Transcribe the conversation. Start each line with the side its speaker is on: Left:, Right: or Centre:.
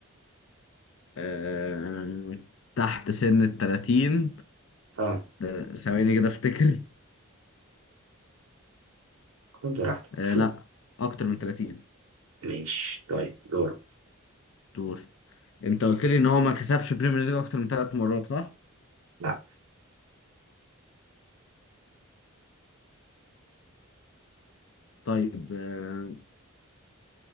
Left: آه، تحت سن ال 30
Right: اه
Left: ده ثواني كده افتكر
Right: خد راحتك
Left: آه،
Right: شوف
Left: لا اكتر من 30
Right: ماشي طيب دورك
Left: دور انت قلت لي ان هو ما كسبش بريمير ليج اكتر من ثلاث مرات صح
Right: لا
Left: طيب آه،